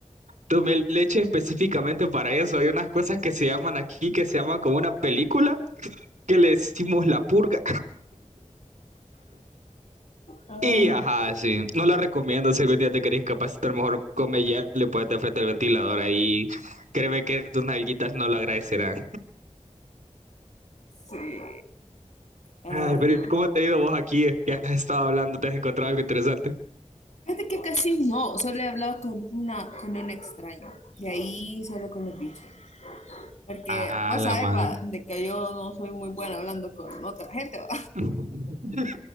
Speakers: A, on the right (about 80°); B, on the left (about 70°).
A: Tomé leche específicamente para eso. Hay unas cosas que se llaman aquí, que se llaman como una película, que le decimos la purga.
B: Ay,
A: Y ajá, sí. No la recomiendo. Si algún día te querés incapacitar, mejor come hielo y ponete frente al ventilador ahí. Créeme que tus nalguitas no lo agradecerán.
B: sí. Ay,
A: Ay, pero ¿y ¿cómo te ha ido vos aquí? ¿Qué has estado hablando? ¿Te has encontrado algo interesante?
B: Fíjate que casi no, solo he hablado con una, con un extraño, de ahí solo con los bichos, porque
A: Ah,
B: vos
A: la
B: sabes
A: madre.
B: va, de que yo no soy muy buena hablando con otra gente, va.
A: <laughs>